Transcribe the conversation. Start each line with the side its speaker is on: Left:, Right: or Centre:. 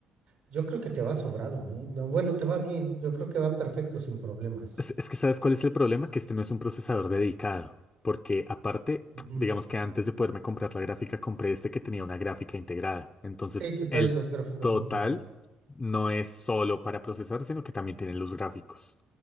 Right: Yo creo que te va sobrado, ¿eh? No, bueno, te va bien. Yo creo que va perfecto sin problemas.
Left: Es, es que ¿sabes cuál es el problema? Que este no es un procesador dedicado. Porque aparte,
Right: Ujú.
Left: digamos que antes de poderme comprar la gráfica, compré este que tenía una gráfica integrada. Entonces,
Right: Sí, que trae
Left: el
Right: los gráficos
Left: total
Right: integrados.
Left: no es solo para procesar, sino que también tienen los gráficos.